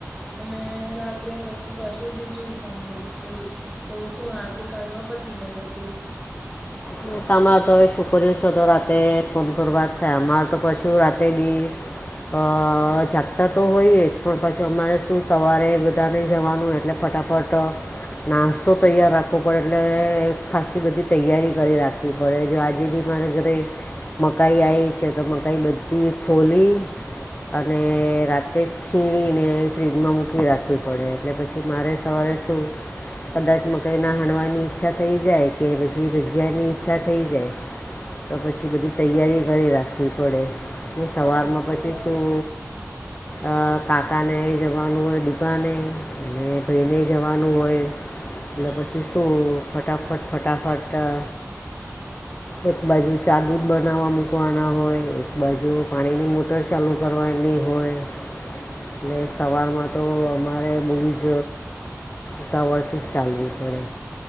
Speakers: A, in the centre; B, on the left (about 35°).
A: અને રાત્રે બસ થી પાછું બીજું ફોન કરીશું એવું, તો શું આજકાલમાં પતી જાય બધું.
B: તો તમાર તો હવે સોકરીઓ સે તો રાતે ફોન પર વાત થાય, અમાર તો પાછું રાતે બી અહ જાગતા તો હોઈએ, પણ પાછું અમારે શું સવારે બધાને જવાનું એટલે ફટાફટ નાસ્તો તૈયાર રાખવો પડે, એટલે ખાસસી બધી તૈયારી કરી રાખવી પડે. જો આજે બી મારે ઘરે મકાઈ આવી છે, તો મકાઈ બધી છોલી, અને રાતે જ છીણીને ફ્રીજમાં મૂકી રાખવી પડે, એટલે પછી મારે સવારે શું કદાચ મકાઈ ના હણવાની ઈચ્છા થઈ જાય, કે પછી ભજીયા ની ઈચ્છા થઈ જાય, તો પછી બધી તૈયારી કરી રાખવી પડે. અને સવારમાં
A: હા એ
B: પછી
A: તો બરાબર
B: શું અહ કાકાને જવાનું હોય દુકાને, અને ભઈને જવાનું હોય એટલે પછી શું ફટાફટ-ફટાફટ તા એક બાજુ ચા દૂધ બનાવવા મૂકવાના હોય, એક બાજુ પાણી ની મોટર ચાલુ કરવાની હોય એટલે સવારમાં તો અમારે બહુ જ ઉતાવળથી જ ચાલવું પડે.